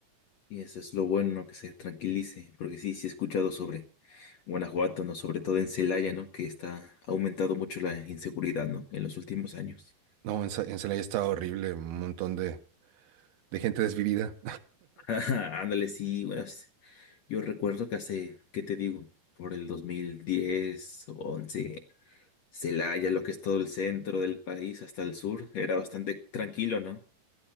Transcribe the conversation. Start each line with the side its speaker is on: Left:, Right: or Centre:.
Left: Y eso es lo bueno, ¿no? Que se tranquilice. Porque sí, sí he escuchado sobre Guanajuato, ¿no? Sobre todo en Celaya, ¿no? Que está ha aumentado mucho la inseguridad, ¿no? En los últimos años.
Right: No, en, Sa- en Celaya estaba horrible, un montón de, de gente desvivida.
Left: <laughs> Ándale, sí, bueno, s- yo recuerdo que hace, ¿qué te digo? Por el 2010 o 11. Celaya, lo que es todo el centro del país hasta el sur, era bastante tranquilo, ¿no?